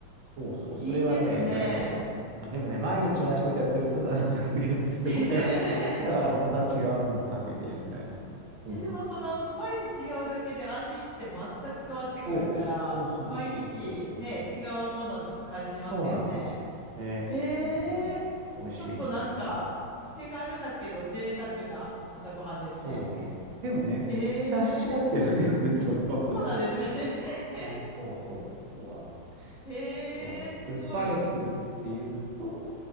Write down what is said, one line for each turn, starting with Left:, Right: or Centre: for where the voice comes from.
Right: そうそう、それはね、
Left: いいですね。
Right: 意外と。でもね、毎日同じことやってると、だんだん飽きてくるんですよ、
Left: <laughs>
Right: これがまた。だから、本当は違うのもかけてやりたいなと思ってま
Left: え、でもそのスパイス違うだけで味って全く変わってくるから、
Right: す。そう。そうそうそうそうそうそう。
Left: 毎日ね、違うものに感じますよね。
Right: そうなんですよ。ね。
Left: へ
Right: うん。
Left: え、
Right: 美味しいです、
Left: ちょっとなんか手軽だけど贅沢な朝ごはんですね。
Right: なかなか。そうね。でもね、
Left: へえ、
Right: シャッシャってだけなんで、それはあるってい
Left: そうなんですよね。<laughs>
Right: う。うん、そうそう。そうなんです。
Left: へえ、
Right: そう。
Left: すごい。
Right: で、スパイスっていうと、